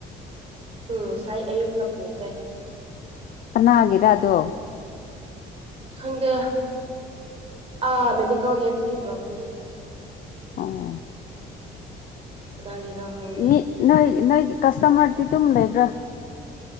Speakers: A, on the right; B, on the left.
A: ꯎꯝ ꯉꯁꯥꯏ ꯑꯌꯨꯛꯇ ꯄꯨꯈ꯭ꯔꯦ
B: ꯀꯅꯥꯒꯤꯔꯥꯑꯗꯣ
A: ꯈꯪꯗꯦ ꯑꯥ ꯃꯦꯗꯤꯀꯦꯜ ꯒꯦꯠꯇꯒꯤ ꯄꯨꯔꯛꯄꯅꯤ
B: ꯑꯣ
A: ꯀꯅꯥꯒꯤꯔ ꯈꯪꯗꯦ
B: ꯃꯤ ꯅꯣꯏ ꯅꯣꯏ ꯀꯁꯇꯃꯔꯗꯤ ꯑꯗꯨꯝ ꯂꯩꯕ꯭ꯔꯥ